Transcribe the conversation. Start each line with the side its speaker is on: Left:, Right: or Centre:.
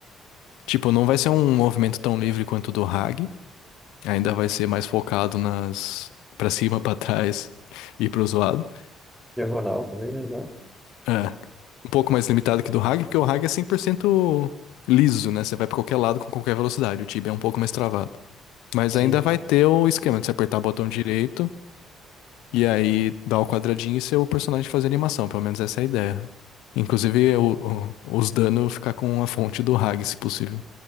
Left: Tipo, não vai ser um movimento tão livre quanto o do Hag, ainda vai ser mais focado nas pra cima, pra trás e pro zoado.
Centre: Diagonal também, né? Lá.
Left: É, um pouco mais limitado que do Hag, porque o Hag é 100% liso, né? Você vai pra qualquer lado com qualquer velocidade. O Tibia é um pouco mais travado. Mas
Centre: Sim,
Left: ainda vai ter o esquema de você apertar o botão direito E aí dá o quadradinho e ser o personagem fazer animação, pelo menos essa é a ideia. Inclusive, o- o- os danos ficar com a fonte do Hag, se possível.